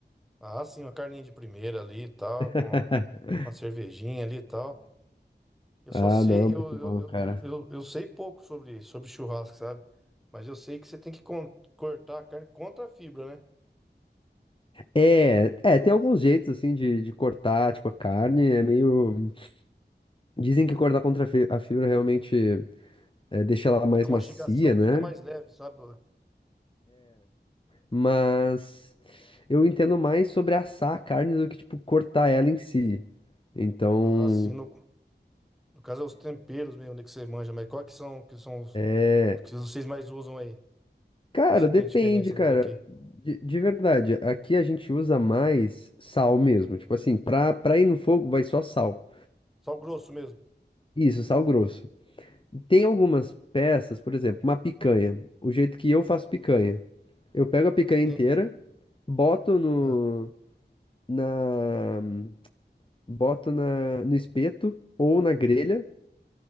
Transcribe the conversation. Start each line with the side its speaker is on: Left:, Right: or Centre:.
Centre: Ah, sim, uma carninha de primeira ali e tal, com
Left: <laughs>
Centre: uma cervejinha ali e tal. Eu
Left: Ah,
Centre: só sei,
Left: não, muito
Centre: eu, eu,
Left: bom,
Centre: eu,
Left: cara.
Centre: eu, eu sei pouco sobre, sobre churrasco, sabe? Mas eu sei que você tem que con- cortar a carne contra a fibra, né?
Left: É, é, tem alguns jeitos assim de, de cortar, tipo, a carne, é meio. Dizem que cortar contra a fi- a fibra realmente é, deixa ela mais
Centre: A mastigação
Left: macia, né?
Centre: fica mais leve, sabe?
Left: Mas eu entendo mais sobre assar a carne do que, tipo, cortar ela em si. Então,
Centre: Assim, no, no caso é os temperos mesmo, né, que você manja, mas qual que são, que são os,
Left: é,
Centre: os que vocês mais usam aí?
Left: cara,
Centre: Você
Left: depende,
Centre: tem diferença
Left: cara.
Centre: dos daqui?
Left: De, de verdade, aqui a gente usa mais sal mesmo. Tipo assim, pra, pra ir no fogo vai só sal.
Centre: Só o grosso mesmo?
Left: Isso, sal grosso. Tem algumas peças, por exemplo, uma picanha. O jeito que eu faço picanha. Eu pego a picanha inteira,
Centre: Sim.
Left: boto no,
Centre: Ah,
Left: na, boto na, no espeto ou na grelha